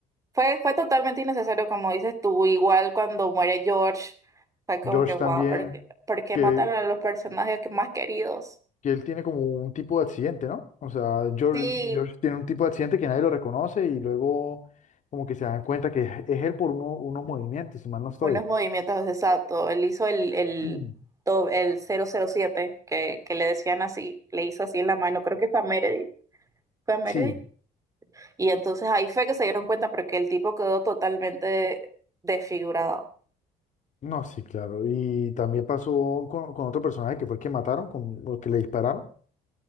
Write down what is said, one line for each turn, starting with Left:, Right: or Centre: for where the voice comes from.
Right: fue, fue totalmente innecesario, como dices tú, igual cuando muere George, fue como
Left: George
Right: que, wow,
Left: también,
Right: ¿por qué, por qué
Left: que,
Right: mataron a los personajes que más queridos?
Left: que él tiene como un tipo de accidente, ¿no? O sea, George,
Right: Sí,
Left: George tiene un tipo de accidente que nadie lo reconoce y luego como que se dan cuenta que es, es él por uno- unos movimientos, si mal no estoy.
Right: unos movimientos, exacto, él hizo el, el,
Left: Ujú.
Right: do- el cero cero siete que, que le decían así, le hizo así en la mano, creo que fue a Meredith, fue a Meredith.
Left: Sí,
Right: Y entonces ahí fue que se dieron cuenta porque el tipo quedó totalmente desfigurado.
Left: no, sí, claro. Y también pasó con, con otro personaje que fue el que mataron, con, o que le dispararon.